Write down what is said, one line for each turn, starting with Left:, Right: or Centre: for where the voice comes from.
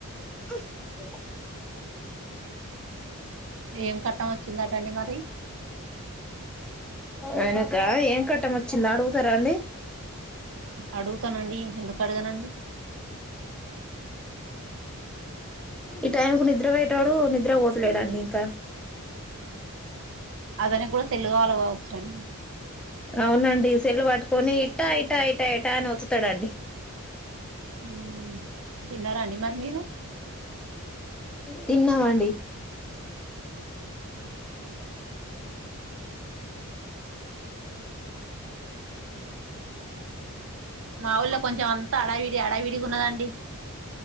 Centre: అండి
Right: ఏం కట్టం వచ్చిందటండి మరి
Centre: అయనక ఏం కట్టం వచ్చింది అడుగుతారా అండి
Right: అడుగుతానండి ఎందుకు అడగనండి
Centre: ఈ టైంకు నిద్ర పోయేటోడు నిద్ర పోతలేడండి ఇంకా
Right: అతని కూడా సెల్ కావాలా కాదు చడి
Centre: అవునండి సెల్లు పట్టుకొని ఇట్టా ఇట్టా ఇటా ఇటా అని వత్తుతాడండి
Right: ఉ తిన్నారా అండి మరి మీరు
Centre: తిన్నామండి
Right: మా ఊళ్ళో కొంచెం అంతా అడావిడి అడావిడిగా ఉన్నదండి